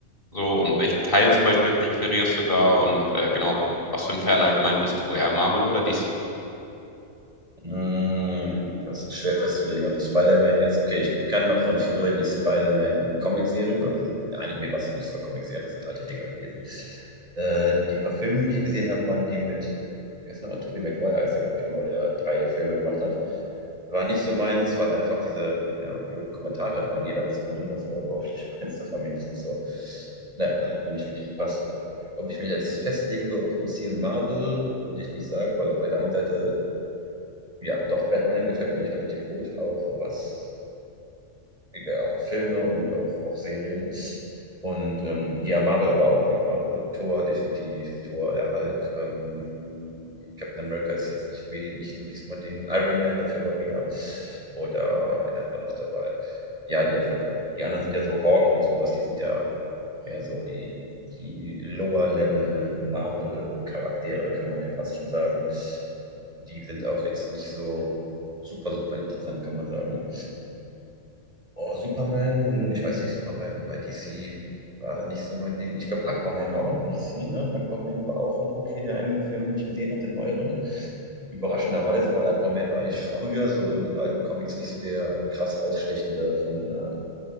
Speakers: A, on the left (about 45°); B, on the right (about 30°).
A: so, und welchen Teil zum Beispiel präferierst du da? Und äh, genau, was für ein Fan allgemein bist du? Eher Marvel oder DC?
B: Hm, das ist schwer festzulegen. Also Spider-Man jetzt, okay, ich kann noch von früher die Spider-Man-Comic-Serien, also Anime war es ja nicht, so war Comic-Serien, das sind alte Dinger gewesen. Äh, die Verfilmungen, die ich gesehen habe, waren die mit, wie heißt der noch, Tobey Maguire heißt der, glaube ich, genau, der drei Filme gemacht hat. War nicht so meins, weil einfach diese ja, blöden Kommentare immer in jeder Aktion drin, das war überhaupt nicht <laughs> meins, das war mir ein bisschen zu, naja, hat mir nicht wirklich gepasst. Ob ich mich jetzt festlegen würde auf DC und Marvel, würde ich nicht sagen, weil auf der einen Seite ja, doch, Batman gefällt mir eigentlich relativ gut, auch was egal, Filme und auch, auch Serien. Und ähm, ja, Marvel aber auch. Ja, Marvel, Thor definitiv, Thor, der Hulk. Ähm, Captain America ist jetzt nicht, weh, nicht wirklich so mein Ding. Iron Man dafür aber wieder. Oder wen hatten wir noch dabei? Ja, die auf jeden Fall. Die anderen sind ja so Hawk und sowas, die sind ja mehr so die, die Lower-Level-Marvel-Charaktere, kann man ja fast schon sagen die sind auch jetzt nicht so super, super interessant, kann man sagen. Oh, Superman, hm, ich weiß nicht, Superman bei DC war ja nicht so mein Ding. Ich glaube, Aquaman war auch nicht DC, ne? Aquaman war auch noch okay, der einen Film, den ich gesehen habe, den neueren. Überraschenderweise, weil Aquaman war eigentlich früher so in den alten Comics nicht so der krass rausstechende von, äh,